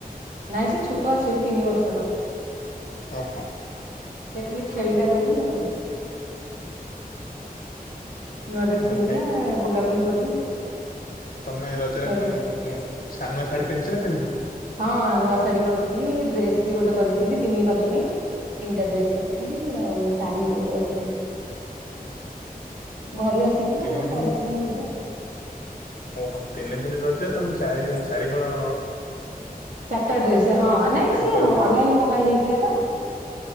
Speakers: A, on the right (about 60°); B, on the left (about 65°).
A: ନାଇଁ ସେ ଛୋଟ ଅଛି ଏବେ ତିନି ବର୍ଷର।
B: ଓହୋ।
A: ସେ ଖାଲି ଖେଳିଲା ଦୋଳି ଆଉ ନୂଆ ଡ୍ରେସ
B: ଆଉ
A: ପିନ୍ଧିଲା
B: ଭାଇ
A: ବୁଲାବୁଲି କଲୁ
B: ତମେ ରଜରେ
A: ଖିଆ
B: କଣ
A: ପିଆ
B: <unintelligible> ନୂଆ ଶାଢୀ ପିନ୍ଧିଛ ନା ପିନ୍ଧିିନ?
A: ହଁ ନୂଆ ଶାଢୀ କରିଥିଲି ଡ୍ରେସ ବି ଗୋଟେ କରିଥିଲି ତିନି ରଜ ପାଇଁ ତିନିଟା ଡ୍ରେସ କରିଥିଲି ଆଉ ଶାଢୀ ବି ଗୋଟେ କରିଥିଲି। ଘରୁ ଆସିଥିଲା
B: ତିନି
A: ଆଉ
B: ଦିନି
A: କରିଥିଲି ମୁଁ ନିଜେ ଆଉ।
B: ଓହୋ ତିନି ଦିନି ରଜ ତମେ ଚାରି ଚାରି ହଳ
A: ଚାରିଟା ଡ୍ରେସ ହଁ ନାଇଁ ସିଏ
B: କରିଥିଲ
A: ଅନଲାଇନ ରୁ ମଗା ହେଇଯାଇଥିଲା ତ।